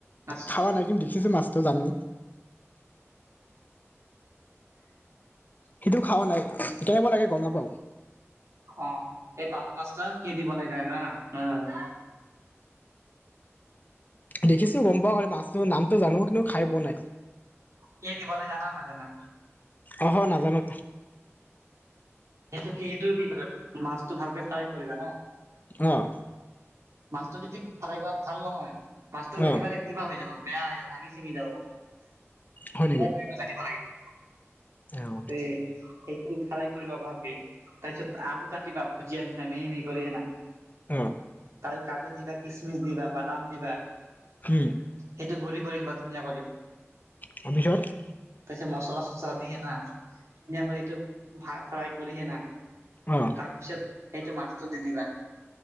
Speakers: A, on the right (about 85°); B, on the left (about 35°).
A: মাছ
B: খাৱা নাই কিন্তু দেখিছো মাছটো জানো। সেইটো খাৱা নাই কেনেকুৱা লাগে গম নাপাওঁ।
A: অ' এই পাভ মাছটা কিহেদি বনাই জানা নাজানা।
B: দেখিছো গম পাওঁ খালি মাছটোৰ নামটো জানো কিন্তু খাই পোৱা নাই।
A: কিহেদি বনাই জানা নে নাজানা।
B: অহ নাজানো।
A: সেইটো কি সেইটো কি কৰে মাছটো ভালকে ফ্ৰাই কৰে জান।
B: অহ
A: মাছটো যদি ফ্ৰাই কৰা ভাল নহয় মাছটো
B: অ
A: একেবাৰে কিবা হৈ যাব বেয়া হৈ যাব ভাঙি চিঙি যাব, ফ্ৰাই
B: হয়
A: কৰিব জানিব লাগিব।
B: অহ
A: সে সেইটো ফ্ৰাই কৰি লোৱা ভালকে। তাৰপিছত আলু কাটিবা, ভুজিয়া নিচিনা মিহি মিহি কৰি কিনে।
B: উম
A: আৰু কাজু দিবা কিচমিচ দিবা, বাদাম দিবা।
B: উম
A: সেইটো ঘূৰি কৰি লবা ধুনীয়া কৰি।
B: তাৰ পিছত
A: তাৰ পিছত মছলা চছলা দি হেনা ধুনীয়া কৰি সেইটো ফা ফ্ৰাই কৰি হেনা।
B: অহ
A: তাৰপিছত সেইটো মাছটো দি দিলা